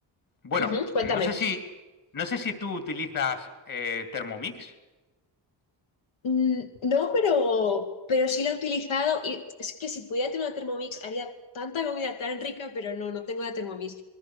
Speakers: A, on the left; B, on the left.
A: Bueno,
B: ujú. Cuéntame.
A: no sé si, no sé si tú utilizas eh, Thermomix.
B: Mm, No, pero, pero sí la he utilizado y es que si pudiera tener una Thermomix haría tanta comida tan rica, pero no, no tengo la Thermomix.